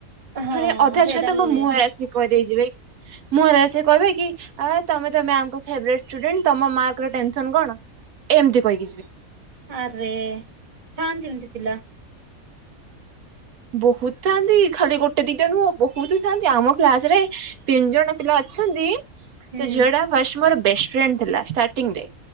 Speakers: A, on the right; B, on the right.
A: ହଁ
B: ପୁଣି ଅଧା
A: ସେଇଟା
B: ଛୁଆ ତ
A: ହୁଏ
B: ମୋ ମୁହରେ ଆସିକି କହିଦେଇ ଯିବେ କି ମୁଁ ଏରା ସେ କହିବେ କି ଆ ତମେତ ମ୍ୟାମଙ୍କ ଫେବ୍ରେଟ ସ୍ଟୁଡେଣ୍ଟ। ତମ ମାର୍କ ର ଟେନସନ କଣ ଏମିତି କହିକି ଯିବେ।
A: ଆରେ ଥାଆନ୍ତି ଏମିତି ପିଲା।
B: ବହୁତ ଥାନ୍ତି ଖାଲି ଗୋଟେ ଦିଟା ନୁହଁ ବହୁତ ଥାଆନ୍ତି ଆମ କ୍ଲାସ ରେ ତିନି ଜଣ ପିଲା ଅ ଅଛନ୍ତି।
A: ହୁଁ
B: ସେ ଝିଅଟା ଫାଷ୍ଟ ମୋର ଫ୍ରେଣ୍ଡ ଥିଲା ଷ୍ଟାର୍ଟଂରେ